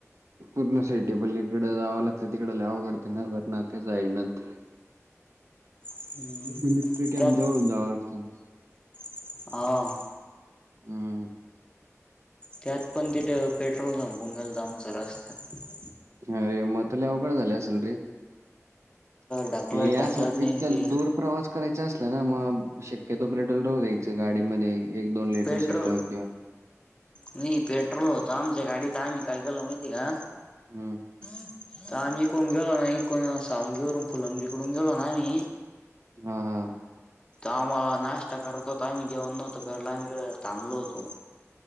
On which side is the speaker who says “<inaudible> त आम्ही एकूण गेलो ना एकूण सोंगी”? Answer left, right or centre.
Left